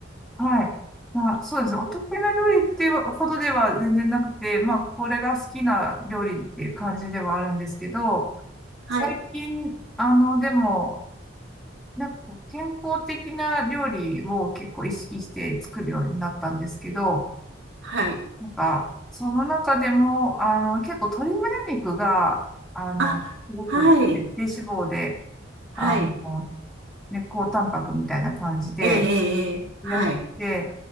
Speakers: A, in the centre; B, on the right (about 80°).
A: はい。まあ、そうですね。お得意な料理っていうほどでは全然なくて、まあ、これが好きな料理っていう感じではあるんですけど、
B: はい、
A: 最近、あの、でも、なんかこう健康的な料理を結構意識して作るようになったんですけど、
B: はい。
A: なんか、その中でも、あの、結構鶏胸肉が、あの、
B: あ、
A: すごく、
B: はい、
A: ね、低脂肪で、
B: はい。
A: あの、ね、高タンパクみたいな感じで、
B: ええ、ええ、ええはい。
A: いらして、